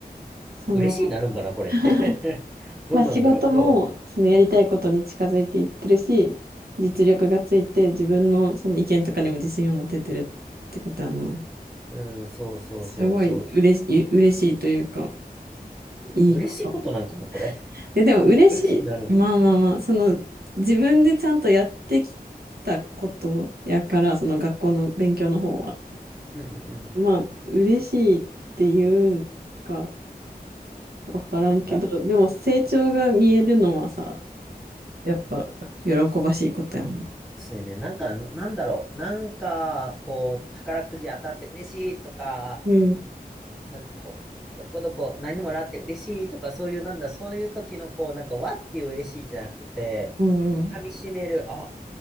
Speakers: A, on the right; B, in the centre.
A: そう。
B: 嬉しいになるんかな、これって。
A: <laughs>
B: <laughs> どうなんだろう、
A: まあ仕事もそのやりたいことに近づいていってるし、
B: ど
A: 実力がついて自分のその意見とかにも自信を持ててるってことやんな。
B: ううん、そうそうそうそ
A: すごい嬉しい、嬉しいというか、いいこと。
B: う。嬉しいことなんかな、これ。<laughs>
A: で、でも嬉しい。
B: 嬉しいになるん。
A: まあまあまあ、その自分でちゃんとやってきたことやから、その学校の勉強の方は。
B: うんうんうん。
A: まあ、嬉しいっていうんかわからんけど、
B: なんか、
A: でも成長が見えるのはさ、やっぱ喜ばしいことやんな。
B: そうやね。なんか、ななんだろう。なんか、こう、宝くじ当たって嬉しいとか、
A: うん
B: なんかこう、どこどこ何もらって嬉しいとか、そういう、なんだ、そういう時の、こう、なんか、わっていう嬉しいじゃなくて、
A: うん
B: こう、噛み締める、あ、